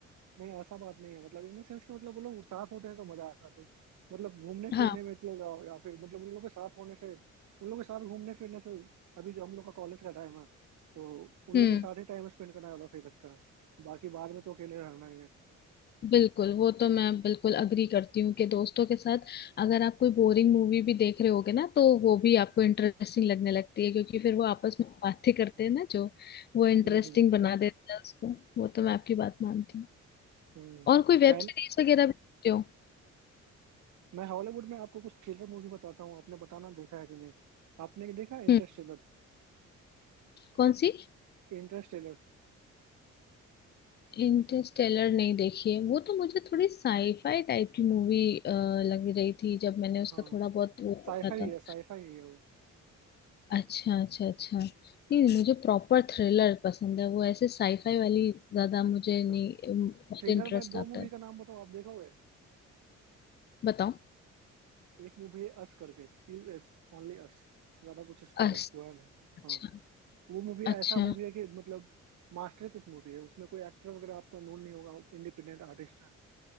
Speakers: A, on the right (about 70°); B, on the left (about 35°).
A: नहीं ऐसा बात नहीं है मतलब इन द सेंस कि मतलब वो लोग साथ होते हैं तो मजा आता है तो मतलब घूमने फिरने
B: हाँ
A: में चले जाओ या फिर मतलब उन लोगों के साथ होने से उन लोगों के साथ घूमने फिरने से अभी जो हम लोग का कॉलेज का टाइम है तो उन
B: हम्म
A: लोग के साथ ही टाइम स्पेंड करना ज्यादा सही लगता है बाकी बाद में तो अकेले रहना ही है
B: बिल्कुल वो तो मैं बिल्कुल अग्री करती हूँ कि दोस्तों के साथ अगर आप कोई बोरिंग मूवी भी देख रहे होगे ना तो वो भी आपको इंटरेस्टिंग लगने लगती है क्योंकि फिर वो आपस में बातें करते हैं ना जो वो इंटरेस्टिंग
A: हम्म
B: बना देता है उसको वो तो मैं आपकी बात मानती हूँ
A: हम्म हम्म।
B: और कोई वेब
A: पहले
B: सीरीज वगैरह भी देखते हो
A: मैं हॉलीवुड में आपको कुछ थ्रिलर मूवी बताता हूँ आपने बताना देखा है कि नहीं आपने देखा इंटरस्टेलर
B: हम्म कौन सी
A: इंटरस्टेलर
B: इंटरस्टेलर नहीं देखी है वो तो मुझे थोड़ी साईफाई टाइप की मूवी लग रही थी जब मैंने उसका
A: हाँ
B: थोड़ा बहुत वो
A: साईफाई
B: देखा
A: है साईफाई है वो
B: अच्छा अच्छा अच्छा नहीं मुझे प्रॉपर थ्रिलर पसंद है वो ऐसे साईफाई वाली ज्यादा मुझे
A: अच्छा
B: नहीं मुझे
A: थ्रिलर
B: इंटरेस्ट
A: में दो
B: आता
A: मूवी
B: है
A: का नाम बताओ आप देखोगे
B: बताओ
A: एक मूवी है अस करके यूएस ओनली अस ज्यादा कुछ इसका
B: अस-
A: बयान है
B: अच्छा
A: हाँ वो मूवी
B: अच्छा
A: ऐसा मूवी है कि मतलब मास्टरपीस मूवी है उसमें कोई एक्टर वगैरह आपको नोन नहीं होगा इंडिपेंडेंट आर्टिस्ट है